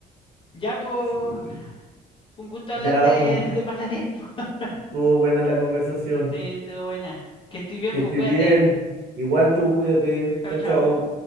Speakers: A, on the left; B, on the right.
A: Ya, pues,
B: Sí.
A: fue un gusto hablar
B: Ya,
A: de,
B: pues,
A: de pasatiempo. <laughs>
B: estuvo buena la conversación.
A: Sí, estuvo buena. Que estoy bien,
B: Que
A: pues
B: estés
A: cuídate.
B: bien. Igual tú, cuídate.
A: Chao,
B: Chao,
A: chao.
B: chao.